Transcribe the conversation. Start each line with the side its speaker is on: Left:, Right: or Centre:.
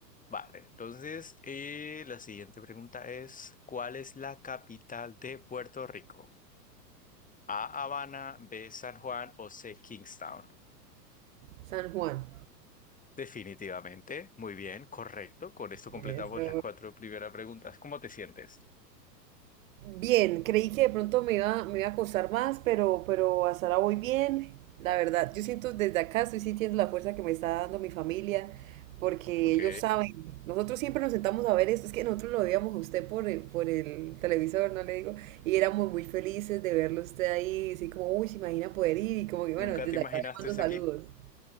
Left: Vale, entonces eh, la siguiente pregunta es, ¿cuál es la capital de Puerto Rico? A, Habana, B, San Juan o C, Kingstown.
Right: San Juan.
Left: Definitivamente, muy bien, correcto. Con esto completamos
Right: Eso.
Left: las cuatro primeras preguntas. ¿Cómo te sientes?
Right: Bien, creí que de pronto me iba, me iba a costar más, pero, pero hasta ahora voy bien. La verdad, yo siento desde acá, estoy sintiendo la fuerza que me está dando mi familia, porque
Left: Ok,
Right: ellos saben. Nosotros siempre nos sentamos a ver esto, es que nosotros lo veíamos a usted por, el- por el televisor, no le digo, y éramos muy felices de verlo a usted ahí, así como, uy, se imagina poder ir, y como que
Left: ¿nunca
Right: bueno, desde
Left: te imaginaste
Right: acá le mando saludos.
Left: aquí?